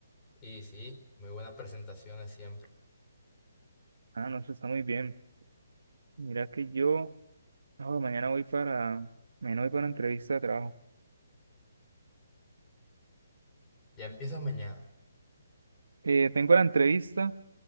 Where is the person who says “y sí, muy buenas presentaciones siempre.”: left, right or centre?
Left